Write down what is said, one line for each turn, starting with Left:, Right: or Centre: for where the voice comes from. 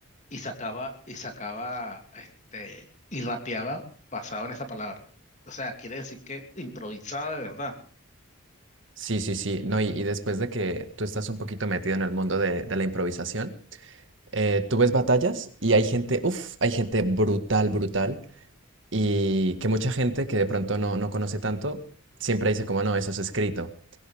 Left: y sacaba, y sacaba, este, y rapeaba basado en esa palabra. O sea, quiere decir que improvisaba de verdad.
Right: Sí, sí, sí, no, y, y después de que tú estás un poquito metido en el mundo de, de la improvisación, eh, tú ves batallas y hay gente, uff, hay gente brutal, brutal, y que mucha gente que de pronto no, no conoce tanto, siempre dice como, no, eso es escrito.